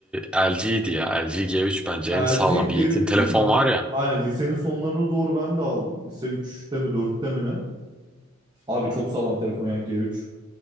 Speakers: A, in the centre; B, on the right (about 20°).
A: LG'ydi ya. LG G3 bence
B: LG
A: en sağlam.
B: G3'ü
A: Yiğit'in telefon
B: li-
A: var ya.
B: aynen lisenin sonlarına doğru ben de aldım. Lise üçte mi dörtte mi ne? Abi çok sağlam telefon ya G3.